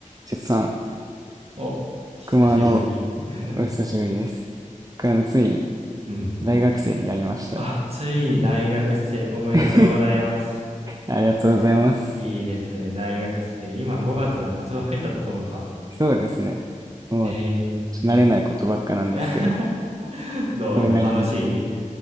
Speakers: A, on the right; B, on the right.
A: せつさん、
B: お、久しぶり。
A: 熊の
B: <laughs>
A: お久しぶりです。熊のついに
B: うん。
A: 大学生になりました。
B: あ、ついに大学生おめでとうございます。
A: <laughs> ありがとうございます。
B: いいですね、大学生。今5月だから、ちょうど入ったところか。
A: そうですね。もう
B: えー。
A: 慣れないことばっかなんですけど、
B: <laughs> どうよ、
A: それなりに。
B: 楽しい